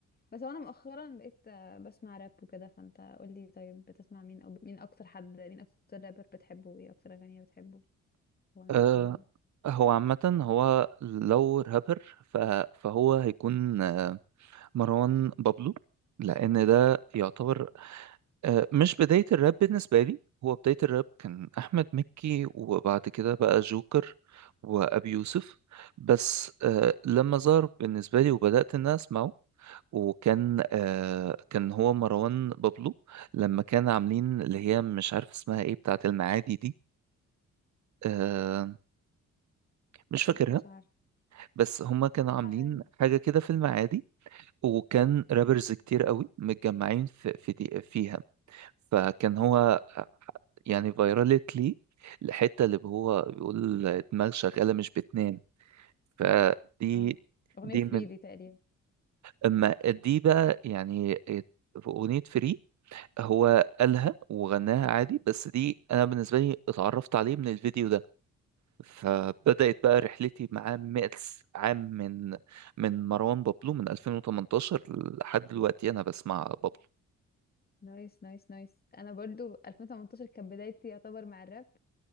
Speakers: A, on the left (about 30°); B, on the right (about 65°).
A: بس وانا مؤخرا بقيت آه، بسمع راب وكده فانت قول لي طيب بتسمع مين او مين اكتر حد مين اكتر رابر بتحبه وايه اكتر اغنيه بتحبه اغنيه
B: آه
A: بتحبها
B: هو عامه هو لو رابر ف- فهو هيكون آه، مروان بابلو لان ده يعتبر آه مش بدايه الراب بالنسبه لي هو بدايه الراب كان احمد مكي وبعد كده بقى جوكر وابي يوسف بس آه لما ظهر بالنسبه لي وبدات ان أنا اسمعه وكان آه كان هو مروان بابلو لما كان عاملين اللي هي مش عارف اسمها ايه بتاعة المعادي دي آه مش فاكرها
A: لا مش عارفه
B: بس هما كانوا عاملين
A: عارف.
B: حاجة كده في المعادي وكان رابرز كتير قوي متجمعين في في دي فيها فكان هو آه، يعني فيرالت لي الحتة اللي هو بيقول دماغ شغالة مش بتنام فدي
A: اه اغنيه
B: دي
A: 3
B: من
A: دي تقريبا
B: اما دي بقى يعني في أغنية فري هو قالها وغناها عادي بس دي انا بالنسبه لي اتعرفت عليه من الفيديو ده فبدات بقى رحلتي معاه مئتس عام من من مروان بابلو من 2018 لحد دلوقتي انا بسمع بابلو
A: نايس نايس نايس انا برضو 2018 كانت بدايتي يعتبر مع الراب